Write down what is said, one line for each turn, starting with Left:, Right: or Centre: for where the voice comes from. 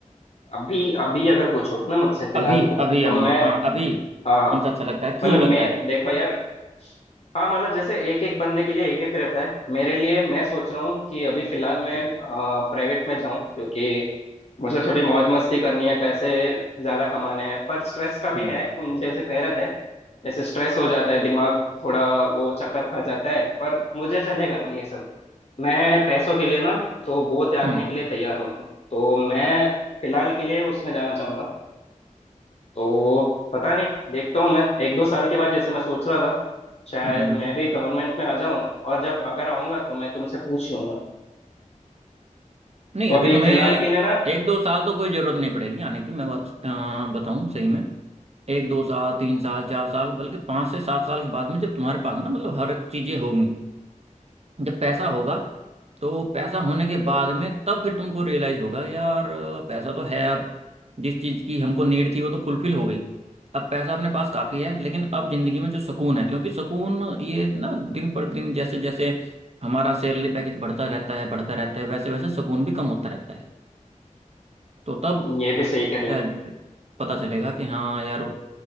Left: अभी अभी अगर पूछोगे ना मुझसे फिलहाल
Right: अभी
Left: तो
Right: अभी
Left: तो
Right: अभी
Left: मैं
Right: हाँ अभी
Left: हाँ
Right: कौन सा अच्छा लगता है क्यों
Left: मतलब मैं
Right: लगता है
Left: देखो यार हाँ मतलब जैसे एक एक बंदे के लिए एक एक रहता है मेरे लिए मैं सोच रहा हूँ कि अभी फिलहाल मैं प्राइवेट में जाऊँ क्योंकि मुझे थोड़ी मौज मस्ती करनी है पैसे ज्यादा कमाने हैं पर स्ट्रेस का भी
Right: हम्म
Left: है तुम जैसे कह रहे थे जैसे स्ट्रेस हो जाता है दिमाग थोड़ा वो चक्कर खा जाता है पर मुझे चलेगा ये सब मैं पैसों के लिए ना तो वो त्यागने
Right: हम्म
Left: के लिए तैयार हूँ तो मैं फिलहाल के लिए उसमें जाना चाहूंगा तो पता नहीं देखता हूँ मैं एक दो साल के बाद जैसे मैं सोच रहा था शायद
Right: हम्म
Left: मैं भी गवर्नमेंट में आ जाऊं और जब अगर आऊंगा तो मैं तुमसे पूछ लूंगा
Right: नहीं
Left: तो
Right: अभी
Left: अभी
Right: तुम्हें
Left: फिलहाल के लिए ना
Right: एक दो साल तो कोई जरूरत नहीं पड़ेगी आने की मैं बस, अ, बताऊं सही में एक दो साल तीन साल चार साल बल्कि पाँच से सात साल के बाद में जब तुम्हारे पास ना मतलब हर चीजें होंगी जब पैसा होगा तो पैसा होने के बाद में तब फिर तुमको रियलाइज होगा कि यार पैसा तो है अब जिस चीज की हमको नीड थी वो तो फुलफिल हो गई अब पैसा अपने पास काफी है लेकिन अब जिंदगी में जो सुकून है क्योंकि सुकून ये ना दिन पर दिन जैसे जैसे हमारा सैलरी पैकेज बढ़ता रहता है बढ़ता रहता है वैसे वैसे सुकून भी कम होता रहता है तो तब
Left: ये भी सही कह रहे
Right: शायद
Left: हो
Right: पता चलेगा कि हाँ यार